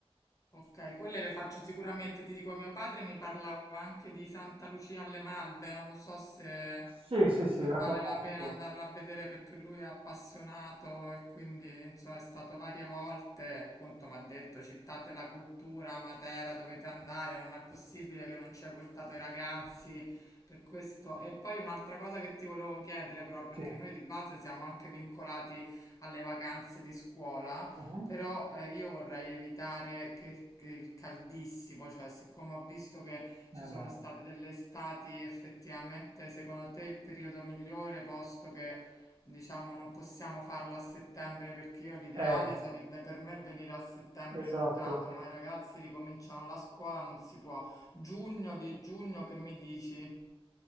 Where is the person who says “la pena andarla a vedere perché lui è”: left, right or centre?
Left